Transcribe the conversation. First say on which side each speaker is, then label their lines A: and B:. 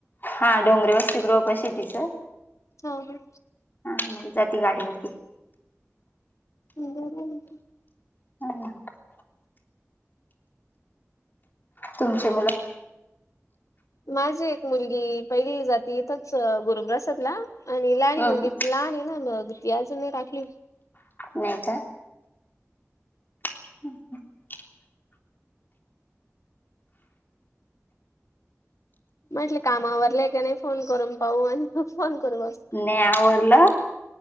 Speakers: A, on the left; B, on the left.
A: हा डोंगरीे वस्तती गृह पाशी हित,
B: हो,
A: हा मग जाते गाडीवरती,
B: हम्,
A: <unintelligible> तुमचे मुल,
B: माझी एक मुलगी पहिली जाती, गुरुग्रसातला आणि लाणी
A: हम्म
B: मुलगी लहान आहे. ना बघ ती अजून नाही टकली
A: नाही का, <unintelligible>
B: म्हटलं कामा आवरलं की ल का नाही ते, फोन करून पाहू आणि मग फोन करू बत
A: नाय आवरला,